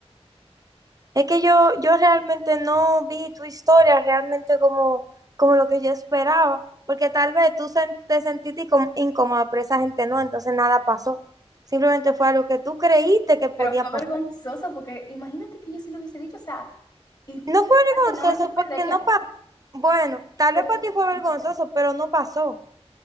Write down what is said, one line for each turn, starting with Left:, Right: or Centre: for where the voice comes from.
Right: Es que yo, yo realmente no vi tu historia realmente como, como lo que yo esperaba, porque tal vez tú sen- te sentiste incó- incómoda, pero esa gente no, entonces nada pasó. Simplemente fue algo que tú creíste que podía
Left: Pero fue
Right: pasar.
Left: vergonzoso porque imagínate que yo sí lo hubiese dicho, o sea, y de
Right: No fue
Left: verdad
Right: vergonzoso
Left: que no me sorprendería,
Right: porque no pasó. Bueno, tal
Left: pero
Right: vez para
Left: no me
Right: ti
Left: sorprendería.
Right: fue vergonzoso, pero no pasó.